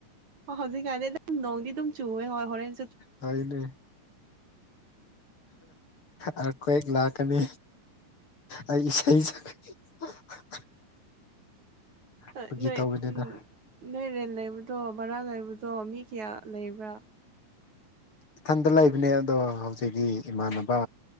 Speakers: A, on the right; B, on the left.
A: ꯍꯧꯖꯤꯛꯀꯥꯟꯗꯤ ꯑꯗꯨꯝ ꯅꯣꯡꯗꯤ ꯑꯗꯨꯝ ꯆꯨꯋꯦ ꯍꯣꯏ ꯍꯣꯔꯦꯟ
B: ꯍꯣꯏꯅꯦ ꯑꯔꯀ꯭ꫭꯛꯋ ꯂꯥꯛꯀꯅꯤ ꯑꯩ ꯁ ꯆ <unintelligible> ꯁꯛꯄꯒꯤ
A: ꯑ ꯅꯣꯏ
B: ꯇꯧꯕꯅꯤꯗ
A: ꯎꯝ ꯅꯣꯏ ꯔꯦꯟ ꯂꯩꯕꯗꯣ ꯕꯔꯥ ꯂꯩꯕꯗꯣ ꯃꯤ ꯀꯌꯥ ꯂꯩꯕ꯭ꯔꯥ
B: ꯏꯊꯟꯗ ꯂꯩꯕꯅꯦ ꯑꯗꯣ ꯍꯧꯖꯤꯛꯇꯛꯤ ꯏꯃꯥꯟꯅꯕ